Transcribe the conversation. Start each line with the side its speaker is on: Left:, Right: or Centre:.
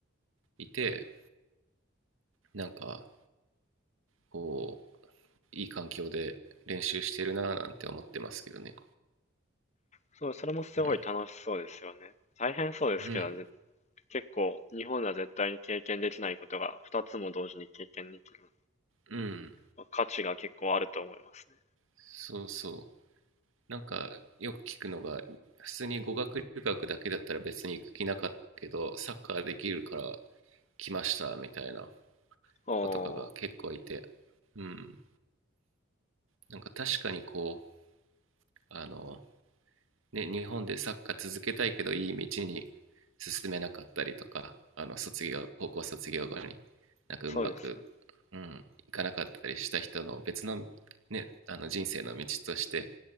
Right: いてなんかこういい環境で練習してるなぁなんて思ってますけどね
Left: そう、それもすごい楽しそうですよね。
Right: うん
Left: 大変そうですけど、
Right: うん
Left: ぜ結構、日本では絶対に経験できないことが2つも同時に経験できる。
Right: うん
Left: まあ価値が結構あると思いますね。
Right: そうそうなんかよく聞くのが普通に語学留学だけだったら別に行く気なかったけどサッカーできるから来ましたみたいな
Left: ああ、
Right: 子とかが結構いてうんなんか確かにこうあのね、日本でサッカー続けたいけどいい道に進めなかったりとか、あの卒業、高校卒業後になんかうまく、
Left: そうですよね。
Right: うん、いかなかったりした人の別の、ね、あの人生の道として